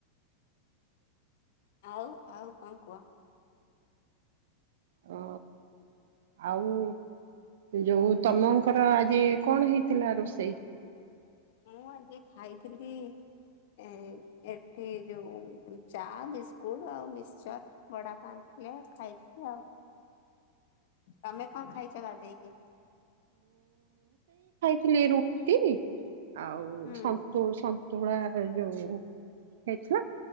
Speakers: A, on the left; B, on the right.
A: ଆଉ ଆଉ କଣ କୁହ।
B: ଓ ଆଉ ଯୋଉ ତମଙ୍କର ଆଜି କଣ ହେଇଥିଲା ରୋଷେଇ?
A: ମୁଁ ଆଜି ଖାଇଥିଲି ଏ ଏଠି ଯୋଉ ଚା ବିସ୍କୁଟ ଆଉ ମିକ୍ସଚର ବଡାପା ଆଣି ଥିଲେ ଖାଇଥିଲି ଆଉ। ତମେ କଣ ଖାଇଛ ଗାଧେଇକି?
B: ଥିଲେ ରୁକ୍ତି। ଆଉ
A: ହୁଁ।
B: ସନ୍ତୁଳ। ପ ତୁଳା ଯୋଉ ଖାଇଥିଲା